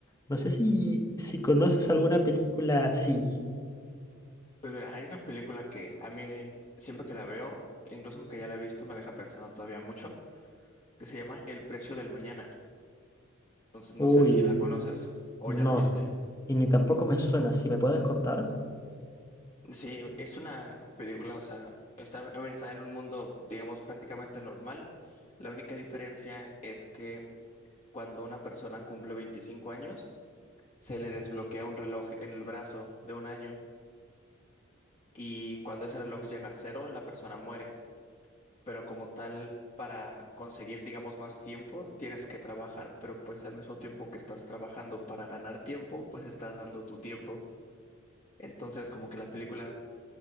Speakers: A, on the left (about 15°); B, on the left (about 30°).
A: No sé si, si conoces alguna película así.
B: Pues mira, hay una película que a mí siempre que la veo, incluso aunque ya la he visto, me deja pensando todavía mucho, que se llama El precio del mañana. Entonces no
A: Uy,
B: sé si la conoces o
A: no.
B: ya la viste.
A: Y ni tampoco me suena. Si me puedes contar?
B: Sí, es una película, o sea, está ambientada en un mundo, digamos, prácticamente normal. La única diferencia es que cuando una persona cumple 25 años, se le desbloquea un reloj en el brazo de un año y cuando ese reloj llega a cero, la persona muere. Pero como tal, para conseguir, digamos, más tiempo, tienes que trabajar, pero pues al mismo tiempo que estás trabajando para ganar tiempo, pues estás dando tu tiempo. Entonces, como que la película